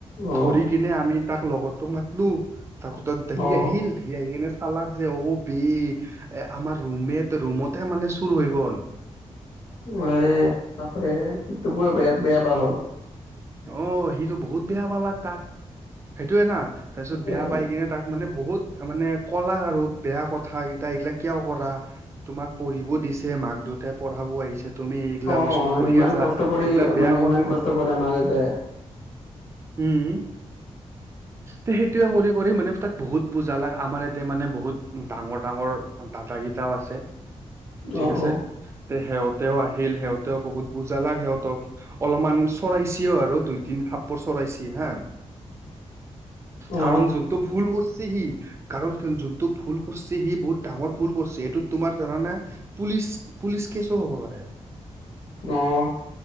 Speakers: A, on the left (about 75°); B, on the right (about 25°).
A: অ
B: ধৰি কিনে আমি তাক লগৰ তোক মাতলো তাকো <unintelligible> সি
A: অ
B: আহিল। সি আহি কেনে চালাক যে অ' বে এ আমাৰ ৰুম মেত ৰুমতে মানে চুৰ হৈ গ'ল।
A: <unintelligible> বাপৰে এইটো পুৰা বেয়া বেয়া <unintelligible>
B: অ', সিটো বহুত বেয়া পালাক তাক সেইটোয়ে না। তাৰপিছত বেয়া
A: এ
B: পাই কিনে তাক মানে বহুত মানে কলাক আৰু বেয়া কথা কেইটা এইগিলাক কিয় কৰা। তোমাক পঢ়িব দিছে মাক দেউতাই পঢ়াবও আহিছে। তুমি এইগিলাক
A: অ
B: বস্তু কৰি
A: ইমান
B: আছা,
A: কষ্ট কৰি
B: এইগিলাক
A: মানে
B: বেয়া কথা।
A: <unintelligible> মা দেউতাই
B: উম। সেইটোয়ে কৰি মানে তাক বহুত বুজালাক আমাৰ এইয়াতে মানে বহুত ডাঙৰ ডাঙৰ দাদা কিতাও আছে ঠিক
A: অ
B: আছে।
A: অ
B: সিহঁতেও আহিল সিহঁতেও বহুত বুজালাক সিহঁতক, অলপমান চৰাইচিও আৰু দুই তিন থাপৰ চৰাইচি হা।
A: অ
B: কাৰণ যোনটো ভুল কৰ সি কাৰণ যোনটো ভুল কৰিছে সি বহুত ডাঙৰ ভুল কৰিছি। সেইটো তোমাৰ জানা নে পুলিচ পুলিচ কেচো হ'ব পাৰে।
A: অহ